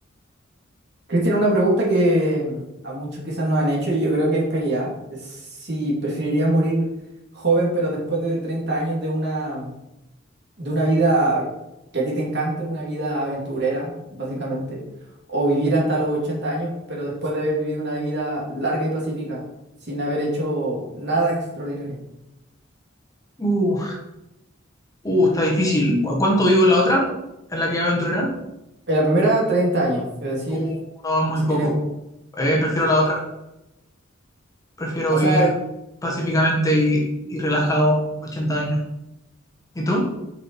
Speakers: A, on the right; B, on the left.
A: Cristian, una pregunta que mm, a muchos quizás nos han hecho y yo creo que es peleada. es Si preferirías morir joven pero después de 30 años de una... de una vida que a ti te encante, una vida aventurera, básicamente, o vivir hasta los 80 años, pero después de haber vivido una vida larga y pacífica, sin haber hecho nada extraordinario.
B: Uh, uh, está difícil. ¿Cu- ¿Cuánto vivo en la otra? ¿En la que aventurera?
A: En la primera, 30 años, es decir,
B: Uh, no, es muy
A: si
B: poco.
A: tiene,
B: Eh, prefiero la otra. Prefiero
A: o
B: vivir
A: sea,
B: pacíficamente y, y relajado 80 años. ¿Y tú?